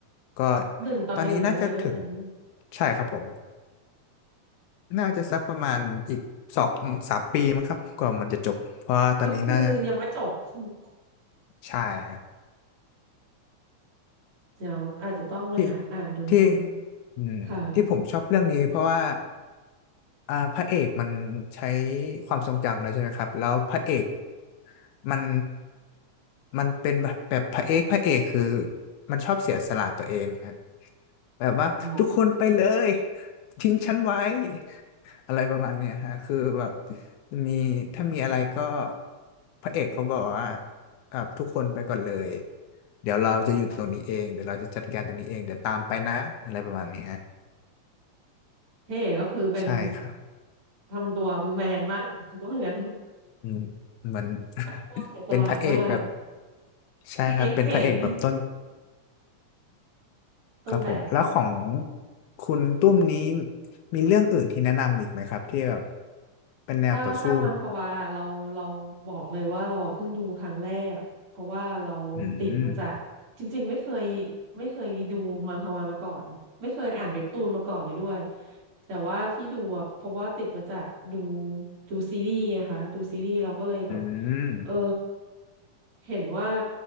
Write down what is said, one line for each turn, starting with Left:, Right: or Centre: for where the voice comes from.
Left: ก็
Right: หนึ่งต่อหนึ่งเลยว่างั้น
Left: ตอนนี้น่าจะถึงใช่ครับผมน่าจะสักประมาณอีกสองสามปีมั้งครับกว่ามันจะจบเพราะว่าตอนนี้น่าจะ
Right: ก็คือยังไม่จบ <laughs>
Left: ใช่ครับ
Right: เดี๋ยวอาจจะต้องไปหาอ่านดูบ้าง
Left: ที่ที่อืมที่ผมชอบเรื่องนี้เพราะว่า
Right: ค่ะ
Left: อ่าพระเอกมันใช้ความทรงจำแล้วใช่ไหมครับแล้วพระเอกมันมันเป็นแบบแบบพระเอกพระเอกคือมันชอบเสียสละตัวเองฮะ แบบว่าทุกคนไปเลย
Right: อ๋อ
Left: ทิ้งฉันไว้อะไรประมาณเนี้ยฮะคือแบบมีถ้ามีอะไรก็พระเอกเขาบอกว่าอ่ะทุกคนไปก่อนเลยเดี๋ยวเราจะอยู่ตรงนี้เองเดี๋ยวเราจะจัดการตรงนี้เองเดี๋ยวตามไปนะอะไรประมาณนี้ฮะ
Right: พี่เอกก็คือเป็น
Left: ใช่ครับ
Right: ทำตัวแมนมากถือว่างั้น
Left: อืมเหมือน <laughs>
Right: เป็นผู้เสียสละมาก
Left: เป็นพระเอกแบบใช่ครับเป็นพระเอกแบบต้น
Right: พระเอกพระเอกต้นแบบ
Left: ครับผมแล้วของคุณตุ้มนี้มีเรื่องอื่นที่แนะนำอีกไหมครับที่แบบเป็นแนวต่อสู้
Right: ถ้าถ้ามังควาเราเราบอกเลยว่าเราอะเพิ่งดูครั้งแรกเพราะว่าเราติดมาจากจริงๆไม่เคย
Left: อืม
Right: ไม่เคยดูมังความาก่อนไม่เคยอ่านเว็บตูนมาก่อนเลยด้วยแต่ว่าที่ดูอะเพราะว่าติดมาจากดูดูซีรีส์นะคะดูซีรีส์เราก็เลยแบบ
Left: อืม
Right: เออเห็นว่า